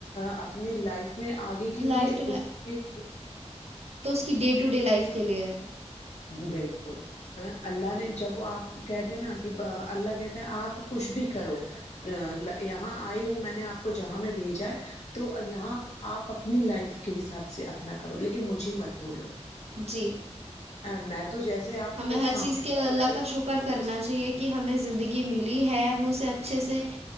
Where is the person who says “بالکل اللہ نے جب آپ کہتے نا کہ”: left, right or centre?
Left